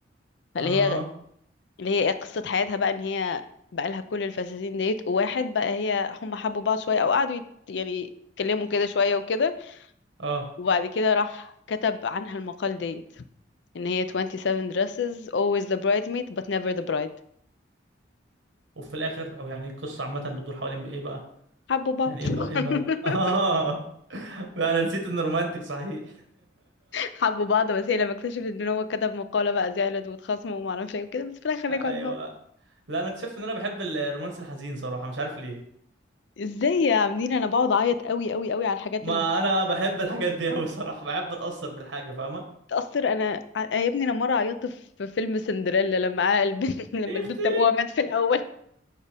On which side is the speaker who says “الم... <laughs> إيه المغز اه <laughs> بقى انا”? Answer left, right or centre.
Right